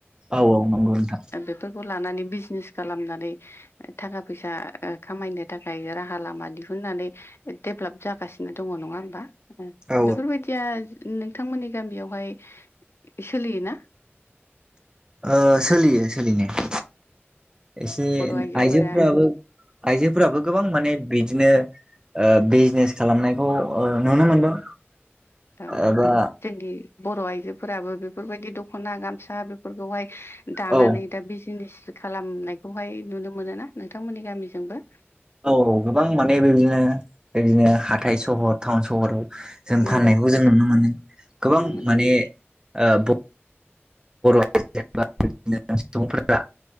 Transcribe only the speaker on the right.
औ औ नंगौ नोंथां
औ
ओ सोलियो सोलिनाया। एसे
आइजोफ्राबो आइजोफोराबो गोबां माने बिदिनो ओ बिजनेस खालामनायखौ ओ नुनो मोनदों।
एबा
औ
औ औ गोबां माने बेबिदिनो बेबिदिनो हाथाय सहर टाउन सहराव जों
फाननायखौ
जों नुनो मोनो गोबां
माने ओ ब जेनबा बिदिनो सुबुंफोरा